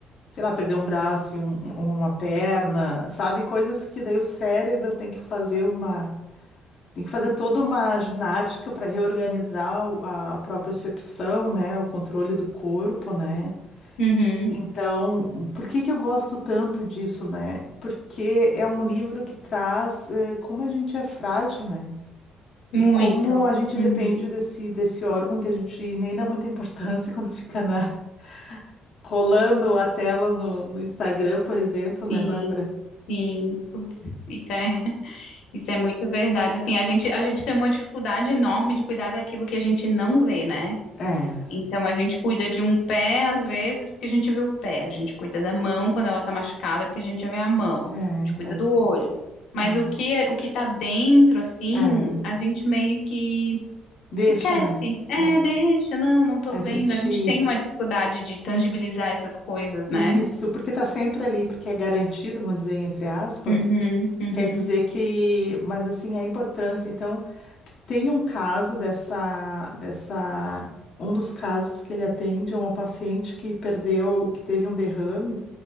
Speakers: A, on the left; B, on the left.
A: sei lá, perder um braço, e um- um, uma perna, sabe? Coisas que daí o cérebro tem que fazer uma. Tem que fazer toda uma ginástica para reorganizar o- a propriocepção, né? O controle do corpo, né?
B: uhum,
A: Então, por que que eu gosto tanto disso, né? Porque é um livro que traz eh, como a gente é frágil, né? E
B: muito,
A: como a gente
B: uhum,
A: depende desse, desse órgão que a gente nem dá muita importância <laughs> quando fica na, rolando a tela no, no Instagram, por exemplo,
B: sim,
A: né, Bárbara?
B: sim, putz, isso é, <laughs> isso é muito verdade, assim, a gente, a gente tem uma dificuldade enorme de cuidar daquilo que a gente não vê, né?
A: É,
B: Então a gente cuida de um pé às vezes porque a gente vê o pé, a gente cuida da mão quando ela tá machucada porque a gente vê a mão, a
A: é,
B: gente cuida
A: mas
B: do olho. Mas
A: é,
B: o que é, o que tá dentro assim,
A: é,
B: a gente meio que
A: deixa,
B: Esquece.
A: né?
B: É,
A: É,
B: deixa, não, não tô
A: a
B: vendo.
A: gente.
B: A gente tem uma dificuldade de tangibilizar essas coisas,
A: Isso,
B: né?
A: porque tá sempre ali, porque é garantido, vamos dizer, entre aspas.
B: Uhum, uhum.
A: Quer dizer que, mas assim, a importância. Então, tem um caso dessa, dessa, um dos casos que ele atende é uma paciente que perdeu, que teve um derrame